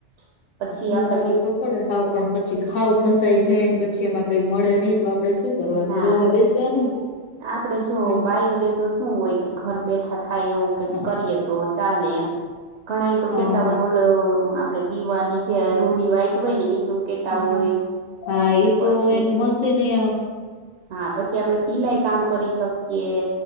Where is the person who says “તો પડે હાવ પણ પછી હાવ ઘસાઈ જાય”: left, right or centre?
Left